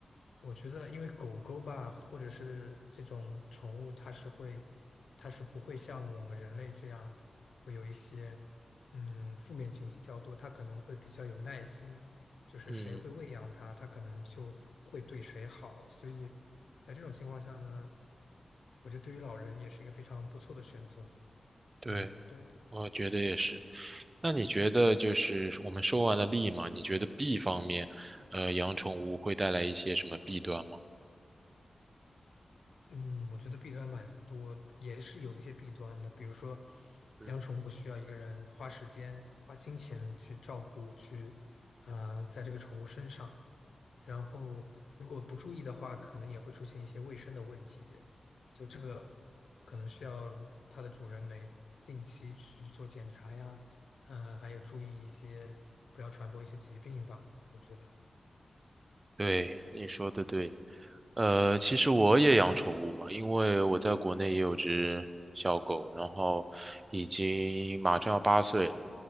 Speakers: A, on the left; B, on the right.
A: 我觉得，因为狗狗吧，或者是这种宠物，它是会，它是不会像我们人类这样会有一些嗯负面情绪较多，它可能会比较有耐心，就是谁会喂养它，
B: 嗯，
A: 它可能就会对谁好。所以在这种情况下呢，我觉得对于老人也是一个非常不错的选择。
B: 对，
A: 嗯，对的。
B: 我觉得也是。那你觉得就是我们说完了利嘛，你觉得弊方面，呃，养宠物会带来一些什么弊端吗？
A: 嗯，我觉得弊端蛮多也是有一些弊端的。比如说，
B: 嗯。
A: 养宠物需要一个人花时间、花金钱去照顾，去啊，在这个宠物身上。然后，如果不注意的话，可能也会出现一些卫生的问题。就这个，可能需要它的主人每定期去做检查呀，嗯、还有注意一些，不要传播一些疾病吧。我觉得，
B: 对，你说的对。呃，其实我也养宠物嘛，因为我在国内也有只小狗，然后已经马上要八岁了，